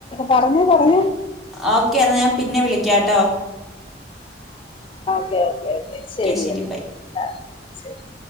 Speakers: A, on the left; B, in the centre.
A: പറഞ്ഞു പറഞ്ഞു
B: ഓക്കെ എന്നാ ഞാൻ പിന്നെ വിളിക്കാട്ടോ
A: ഒക്കെ ഒക്കെ ശെരി
B: ശരി
A: എന്ന
B: ബൈ
A: ആ ശെരി